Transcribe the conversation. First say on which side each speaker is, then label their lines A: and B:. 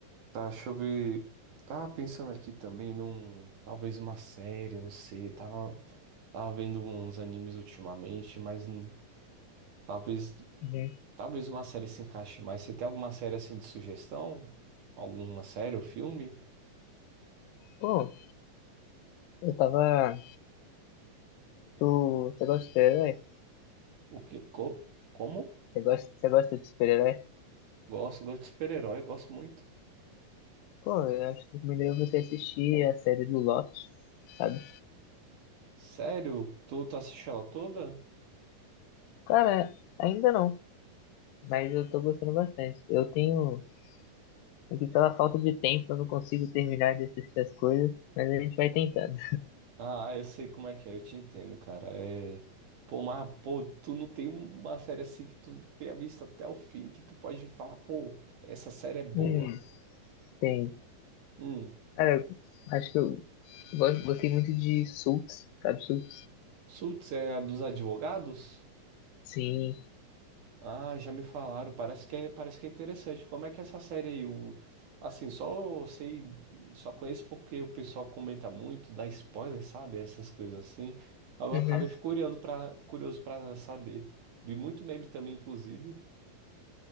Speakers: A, on the right; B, on the left.
A: tá, deixa eu ver. Tava pensando aqui também num. Talvez uma série, não sei. Tava, tava vendo uns animes ultimamente, mas hum, talvez.
B: Uhum.
A: Talvez uma série se encaixe mais. Você tem alguma série assim de sugestão? Alguma série ou filme?
B: Pô, eu tava. Tu, você gosta de super-herói?
A: O quê? Co como?
B: Você gosta, você gosta de super-herói?
A: Gosto, gosto de super-herói, gosto muito.
B: Pô, eu acho que recomendaria você assistir a série do Loki, sabe?
A: Sério? Tu, tu assiste ela toda?
B: Cara, ainda não, mas eu tô gostando bastante. Eu tenho. É que pela falta de tempo eu não consigo terminar de assistir as coisas, mas a gente vai tentando.
A: Ah, eu sei como é que é, eu te entendo, cara. É... Pô, mas, pô, tu não tem uma série assim que tu tenha visto até o fim, que tu pode falar, pô, essa série é boa.
B: Hum, tem.
A: Hum,
B: Cara, eu acho que eu gosto- gostei muito de Suits, sabe Suits?
A: Suits é a dos advogados?
B: Sim.
A: Ah, já me falaram. Parece que é, parece que é interessante. Como é que é essa série aí? O, assim, só sei, só conheço porque o pessoal comenta muito, dá spoiler, sabe? Essas coisas assim. Aí Eu
B: Uhum.
A: acabei fico curioso para curioso para saber. Vi muito meme também, inclusive.